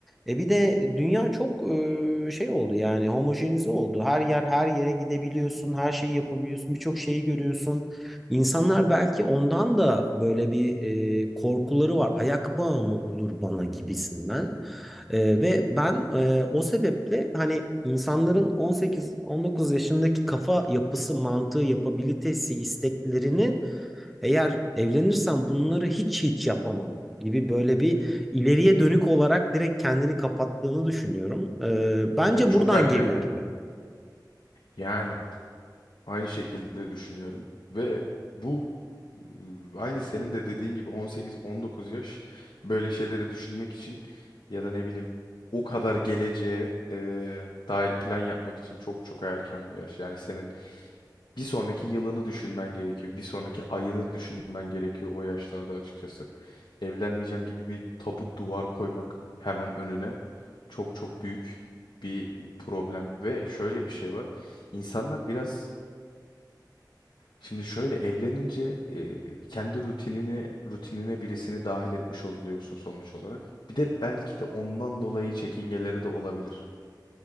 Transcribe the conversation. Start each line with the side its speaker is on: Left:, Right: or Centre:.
Centre: E bir de dünya çok e, şey oldu yani homojenize oldu. Her yer her yere gidebiliyorsun, her şeyi yapabiliyorsun, birçok şeyi görüyorsun. İnsanlar belki ondan da böyle bir e, korkuları var. Ayak bağı mı olur bana gibisinden. E, ve ben e, o sebeple hani insanların 18-19 yaşındaki kafa yapısı, mantığı, yapabilitesi, isteklerini eğer evlenirsem bunları hiç hiç yapamam gibi böyle bir ileriye dönük olarak direkt kendini kapattığını düşünüyorum. E, bence
Left: Ve çok
Centre: buradan
Left: erken
Centre: geliyor
Left: yani.
Centre: gibi.
Left: Yani Aynı şekilde düşünüyorum. Ve bu e, aynı senin de dediğin gibi 18-19 yaş böyle şeyleri düşünmek için ya da ne bileyim o kadar geleceğe e, dair plan yapmak için çok çok erken bir yaş. Yani senin bir sonraki yılını düşünmen gerekiyor. Bir sonraki ayını düşünmen gerekiyor o yaşlarda açıkçası. Evlenmeyeceğim gibi bir tabu duvar koymak hemen önüne çok çok büyük bir problem. Ve şöyle bir şey var. İnsanlar biraz Şimdi şöyle evlenince e, kendi rutinini rutinine birisini dahil etmiş oluyorsun sonuç olarak. Bir de belki de ondan dolayı çekingeleri de olabilir.